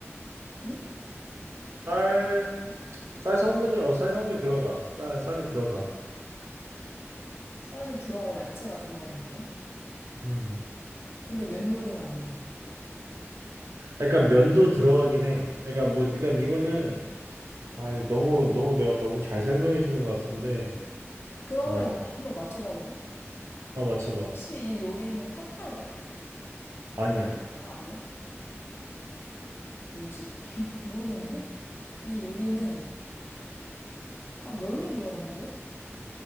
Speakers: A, on the left; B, on the right.
A: 응?
B: 쌀, 쌀 성분이, 어, 쌀 성분이 들어가. 쌀, 쌀이 들어가.
A: 쌀이 들어가고 야채가 들어간다고?
B: 음.
A: 근데 면 요리는 아니고.
B: 아, 그러니까 면도 들어가긴 해. 그러니까 뭐, 그러니까 이거는 아, 이거 너무, 너무 내가 너무 잘 설명해 주는 것 같은데,
A: 그러면
B: 어,
A: 나 한번 맞춰봐도 돼?
B: 아, 맞춰봐.
A: 혹시 이 요리는 팟타이야?
B: 아니야.
A: 아, 아니야? 뭐지? <laughs> 모르겠는데? 이 요리는, 아, 면이 들어간다고?